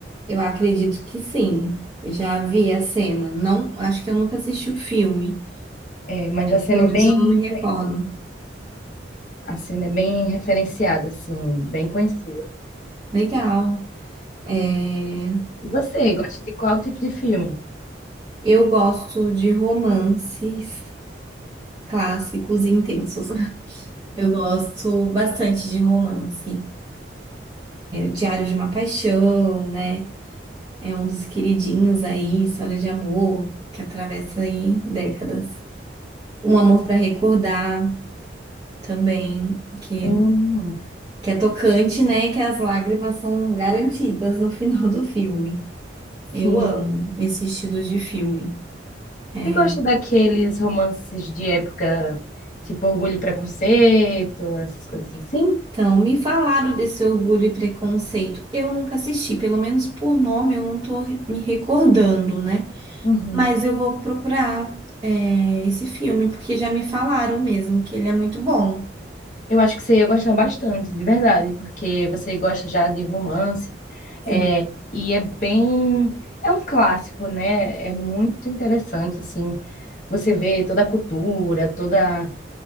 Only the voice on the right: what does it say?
eu acredito que sim. Já vi a cena. Não, acho que eu nunca assisti o filme.
Pelo menos
eu não me recordo.
Legal. É,
eu gosto de romances clássicos e intensos. <laughs> Eu gosto bastante de romance. Diário de uma Paixão, né? É um dos queridinhos aí, história de amor, que atravessa aí décadas. Um Amor para Recordar também, que,
que é tocante, né? Que as lágrimas são garantidas no <laughs> final do filme. Eu
amo esse estilo de filme. É.
Então, me falaram desse Orgulho e Preconceito. Eu nunca assisti, pelo menos por nome eu não tô me recordando, né?
Mas eu vou procurar, é, esse filme, porque já me falaram mesmo que ele é muito bom.
Sim.